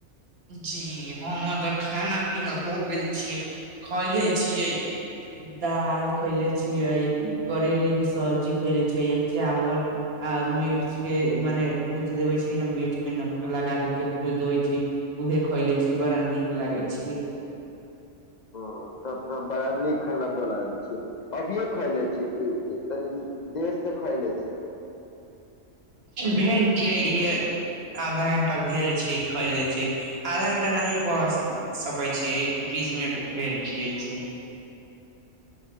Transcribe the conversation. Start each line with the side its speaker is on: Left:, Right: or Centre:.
Right: जी हमर तऽ खाना-पीना हो गेल छियै, खैयले छियै दाल खैले छियै, करैेले की सब्जी खैले छियै या चावल आ मिर्च के मने भूज देबै छी ने मिर्च मे नमक लगा दे के भूज देबै छी। उहे खैले छी, बड़ा नीक लागै छीया।
Left: ओ तब तऽ बड़ा नीक खाना बना लै छियै, अभिये खैएले छी की कि तनी देर से खैएले छी।
Right: भेल छियै इहे आधा घंटा भेल छियै खैएलै छी। आधा घंटा नहिये कहा स सकै छी, बीस मिनट भेल छियै ऐसे।